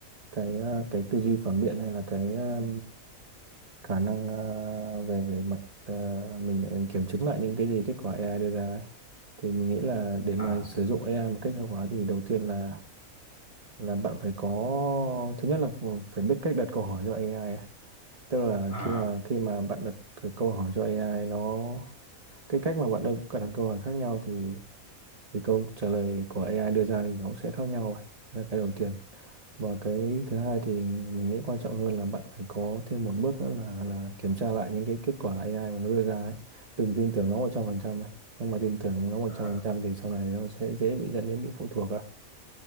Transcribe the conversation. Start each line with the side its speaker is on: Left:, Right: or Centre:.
Right: cái à, cái tư duy phản biện hay là cái à, khả năng ờ, về về mặt ờ, mình mình kiểm chứng lại những cái gì kết quả AI đưa ra ấy thì mình nghĩ là để mà
Left: à
Right: sử dụng AI một cách hiệu quả thì đầu tiên là là bạn phải có thứ nhất là ph- phải biết cách đặt câu hỏi cho AI ấy. Tức là
Left: à
Right: khi mà khi mà bạn đặt cái câu hỏi cho AI nó cái cách mà bạn đặt đặt câu hỏi khác nhau thì thì câu trả lời của AI đưa ra thì nó cũng sẽ khác nhau ấy. Đấy là cái đầu tiên và cái thứ hai thì mình nghĩ quan trọng hơn là bạn phải có thêm một bước nữa là là kiểm tra lại những cái kết quả AI mà nó đưa ra ấy đừng tin tưởng nó 100% ấy nhưng mà tin tưởng nó một
Left: à,
Right: trăm phần trăm thì sau này nó sẽ dễ bị dẫn đến bị phụ thuộc à